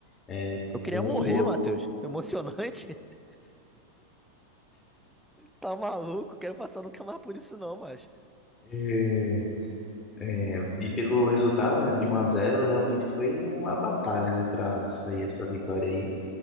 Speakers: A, on the left; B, in the centre.
A: é,
B: Eu queria
A: com
B: morrer,
A: um gol.
B: Matheus. Emocionante. <laughs> Tá maluco? Quero passar nunca mais por isso, não, mas.
A: É, é, e pelo resultado, né, de um a zero realmente foi uma batalha, né, para sair essa vitória aí.